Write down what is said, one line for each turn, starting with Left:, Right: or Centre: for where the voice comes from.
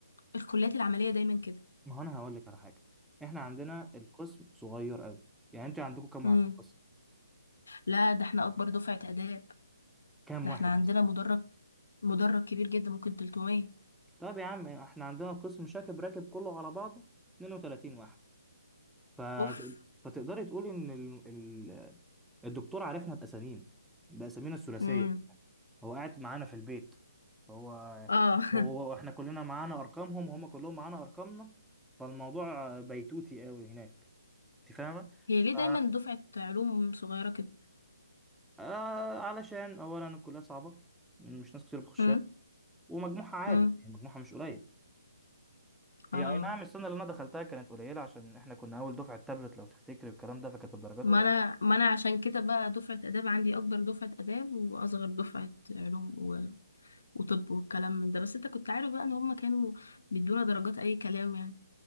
Left: الكليات العملية دايما كده
Centre: ما هو انا هقول لك على حاجة احنا عندنا القسم صغير قوي يعني انت عندكم كام
Left: امم
Centre: واحد في القسم
Left: لا ده احنا اكبر دفعة اداب
Centre: كام
Left: ده
Centre: واحد
Left: احنا عندنا
Centre: مثلا
Left: مدرج مدرج كبير جدا ممكن 300
Centre: طب يا عم احنا عندنا قسم شاكب راكب كله على بعضه 32 واحد ف...
Left: اوف
Centre: فتقدري تقولي ان ال... ال... الدكتور عارفنا باسامينا باسامينا الثلاثيه
Left: امم
Centre: هو قاعد معانا في البيت هو
Left: اه <laughs>
Centre: هو احنا كلنا معانا ارقامهم هم كلهم معانا ارقامنا فالموضوع بيتوتي قوي هناك انت فاهمه
Left: هي
Centre: ف...
Left: ليه دايما دفعة علوم صغيرة كده
Centre: آه علشان اولا الكليه صعبه مش ناس كتير بتخشها
Left: امم
Centre: ومجموعها عالي
Left: امم
Centre: يعني مجموعها مش قليل
Left: اه
Centre: هي اي نعم السنه اللي انا دخلتها كانت قليله عشان احنا كنا اول دفعه تابلت لو تفتكر الكلام ده فكانت الدرجات
Left: ما
Centre: قليله
Left: انا ما انا عشان كده بقى دفعة اداب عندي اكبر دفعة اداب واصغر دفعة علوم و... وطب والكلام من ده بس انت كنت عارف بقى ان هم كانوا بيدونا درجات اي كلام يعني